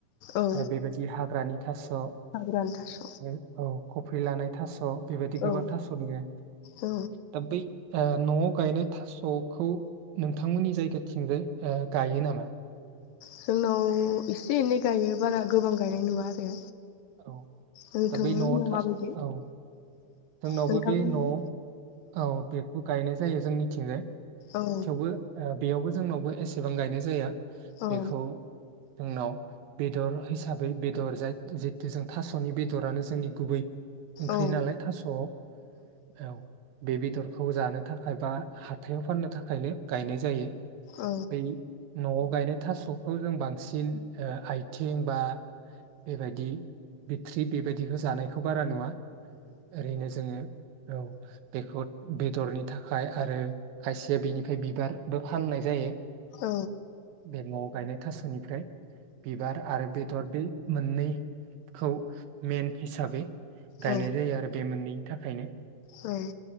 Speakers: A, on the left; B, on the right.
A: औ
B: आरो बेबायदि हाग्रानि थास' ओ
A: हाग्रानि थास'
B: औ। कफ्रि लानाय थास' बेबायदि गोबां
A: औ
B: थास' दङो
A: औ
B: दा बै ओ न'आव गायनाय थास'खौ नोंथांमोननि जायगाथिंजाय ओ गायो नामा?
A: जोंनाव एसे एनै गायो बारा गोबां गायनाय नुवा आरो
B: औ
A: नोंथांमोननियाव
B: दा बै न'आव थास
A: माबायदि
B: औ जोंनावबो
A: नोंथांमोननियाव
B: बे न'आव औ बेखौ गाय गायनाय जायो जोंनिथिंजाय।
A: औ
B: थेवबो ओ बेयावबो जोंनावबो एसेबां गायनाय जाया।
A: औ
B: बेखौ जोंनाव बेदर हिसाबै बेदर जाय जितु जों थास'नि बेदरानो जोंनि गुबै ओंख्रि
A: औ
B: नालाय थास स' औ। बे बेदरखौ जानो थाखाय बा हाथायाव फाननो थाखायनो गायनाय जायो
A: औ
B: बै न'आव गायनाय थास'खौ जों बांसिन ओ आइथिं बा बेबादि बिथट्रि बेबायदिखौ जानायखौ बारा नुवा। ओरैनो जोङो औ बेखौ बेदरनि थाखाय आरो खायसेया बेनिफ्राय बिबारबो फाननाय जायो।
A: औ
B: बे न'आव गायनाय थास'नि ओमफ्राय बिबार आरो बेदर बे मोननैखौ मेन हिसाबै
A: औ
B: गायनाय जायो आरो म मोननैन थाखायनो।
A: औ।